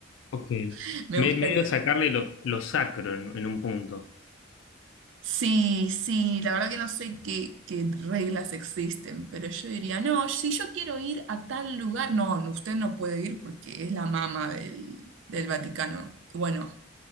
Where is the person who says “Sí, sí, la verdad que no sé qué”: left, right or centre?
Right